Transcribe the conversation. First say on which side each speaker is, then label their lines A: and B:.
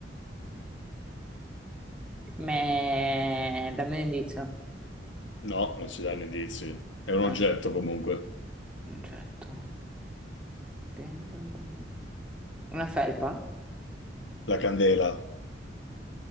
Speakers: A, in the centre; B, on the left.
A: Me... Dammi un indizio.
B: No, non si danno indizi. È un oggetto
A: Eh,
B: comunque.
A: un oggetto. Dentro... Una felpa?
B: La candela.